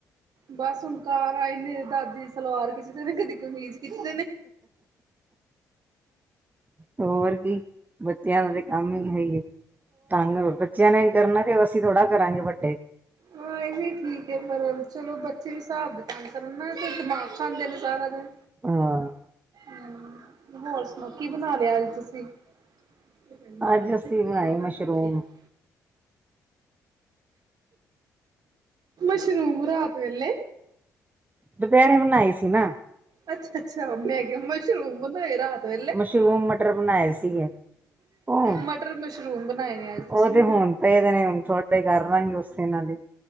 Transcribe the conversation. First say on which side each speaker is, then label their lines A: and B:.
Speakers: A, on the right (about 60°); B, on the right (about 25°).
A: ਬਸ ਹੁਣ ਕਾਰ ਆਏ ਨੇ ਦਾਦੀ ਦੀ ਸਲਵਾਰ ਖਿੱਚਦੇ ਨੇ ਕਦੀ ਕਮੀਜ਼ ਖਿੱਚਦੇ ਨੇ।
B: ਹੋਰ ਕੀ ਬੱਚਿਆਂ ਦਾ ਤੇ ਕਾਮ ਈ ਐ ਹੀ ਏ ਤੰਗ ਹੋਰ ਬੱਚਿਆਂ ਨੇ ਕਰਨਾ ਤੇ ਅਸੀਂ ਥੋੜਾ ਕਰਾਂਗੇ ਵੱਡੇ।
A: ਹਾਂ ਇਹ ਵੀ ਠੀਕ ਐ ਪਰ ਚਲੋ ਬੱਚੇ ਵੀ ਸਾਬ ਦੇ ਤੰਗ ਕਰਨ ਨਾ ਤੇ ਦਿਮਾਗ ਖਾਂਦੇ ਨੇ ਸਾਰਾ ਦਿਨ।
B: ਹਾਂ
A: ਹੂੰ ਹੋਰ ਸੁਣਾਓ ਕੀ ਬਨਾ ਲਿਆ ਅੱਜ ਤੁਸੀਂ। <inaudible>
B: ਅੱਜ ਅਸੀਂ ਬਣਾਈ ਮਸ਼ਰੂਮ
A: ਸ਼ਰੂਮਮ ਰਾਤ ਵੇਲੇ?
B: ਦੁਪਹਿਰੇ ਬਨਾਏ ਸੀ ਨਾ।
A: ਅੱਛਾ-ਅੱਛਾ ਮੈਂ ਮਸ਼ਰੂਮ ਬਨਾਏ ਰਾਤ ਵੇਲੇ।
B: ਮਸ਼ਰੂਮ ਮਟਰ ਬਣਾਏ ਸੀਗੇ ਉਹ
A: ਮਟਰ ਮਸ਼ਰੂਮ ਬਨਾਏ ਨੇ ਅਜ ਤੁਸੀਂ।
B: ਉਹ ਤੇ ਹੁਣ ਪਏ ਦੇ ਨੇ ਹੁਣ ਥੋੜੇ ਕਰ ਲਾਂਗੇ ਉਸੇ ਨਾਲ ਹੀ